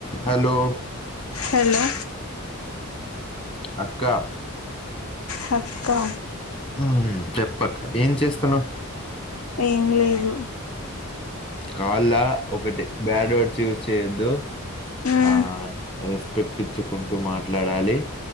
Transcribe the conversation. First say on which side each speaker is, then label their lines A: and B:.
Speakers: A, on the left; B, on the left.
A: Hello
B: hello
A: అక్కా
B: హక్కా
A: ఉమ్ చెప్పక్క ఏం చేస్తున్నావ్
B: ఏం లేదు
A: కాల్లా ఒకటి బ్యాడ్ వర్డ్స్ యూజ్ చేయొద్దు
B: మ్మ్
A: ఆ రెస్పెక్ట్ ఇచ్చుకుంటూ మాట్లాడాలి